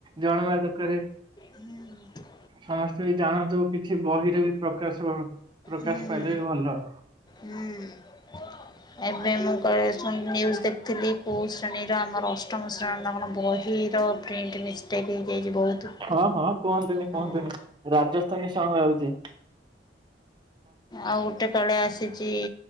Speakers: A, on the right; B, on the left.
A: ଜଣଙ୍ଗ ଦରକାରେ
B: ହୁଁ
A: ସମସ୍ତ ସେ ଜାଣନ୍ତୁ କିଛି ବହିରେ ବି ପ୍ରକାଶ ପ୍ରକାଶ
B: ହୁଁ
A: ପାଇଲେ ବି ଭଲ।
B: ହୁଁ। ଏବେ ମୁଁ କାଳେ ନ୍ୟୁଜ ଦେଖଥିଲି କୋଉ ଶ୍ରେଣୀର ଆମର ଅଷ୍ଟମ ଶ୍ରେଣୀର କଣ ବହି ହିର ପ୍ରିଣ୍ଟ ମିଷ୍ଟେକ୍ ହେଇଯାଇଛି ବହୁତ।
A: ହଁ ହଁ। କୁହନ୍ତୁନି କୁହନ୍ତୁନି
B: ହଁ
A: ରାଜସ୍ଥାନୀ ସଂଙ୍ଗ ଆଉଛି।
B: ଆଉ ଗୋଟେ କାଳେ ଆସିଛି